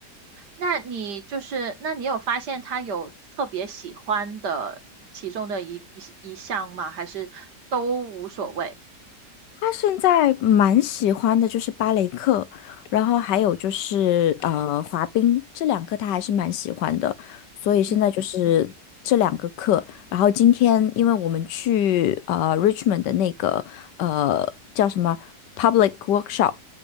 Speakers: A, on the right (about 75°); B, on the left (about 85°).
A: 那你就是，那你有发现她有特别喜欢的其中的一一一项吗？还是都无所谓？
B: 他现在蛮喜欢的就是芭蕾课，然后还有就是呃滑冰，这两个他还是蛮喜欢的，所以现在就是这两个课。
A: 嗯嗯，
B: 然后今天因为我们去呃 Richmond 的那个呃叫什么 public workshop，